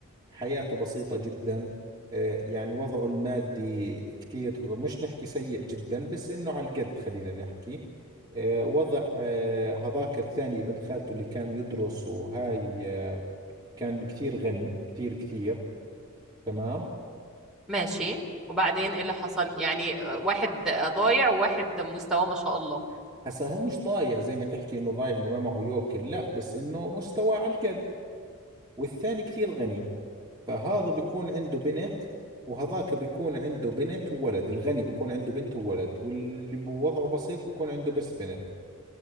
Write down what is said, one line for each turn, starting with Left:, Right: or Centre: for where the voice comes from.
Right: حياته بسيطة جدا آه، يعني وضعه المادي كثير مش نحكي سيء جدا بس انه على القد خلينا نحكي آه، وضع آه، هذاك الثاني ابن خالته اللي كان يدرس وهاي آه، كان كثير غني كثير كثير تمام
Centre: ماشي وبعدين ايه اللي حصل يعني واحد ضايع وواحد مستواه ما شاء الله
Right: هسا هو مش ضايع زي ما تحكي انه ضايع انه ما معه يوكل لا بس انه مستواه على القد والثاني كثير غني فهذا بيكون عنده بنت وهذاك بيكون عنده بنت وولد الغني بيكون عنده بنت وولد واللي بوضعه بسيط بيكون عنده بس بنت